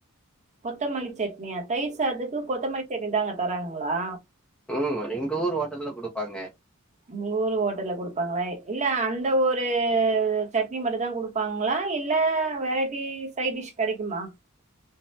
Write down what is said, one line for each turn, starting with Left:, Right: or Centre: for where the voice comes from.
Right: கொத்தமல்லி சட்னியா தயிர்சாதத்துக்கு கொத்தமல்லி சட்னி தா அங்க தராங்ளா
Centre: ம் எங்க ஊர் ஹோட்டல்ல குடுப்பாங்க
Right: உங்க ஊரு ஹோட்டல்ல குடுப்பாங்ளா இல்ல அந்த ஒரு சட்னி மட்டுதா குடு ப்பாங்ளா இல்ல. வெரைட்டி சை டிஷ் கெடைக்குமா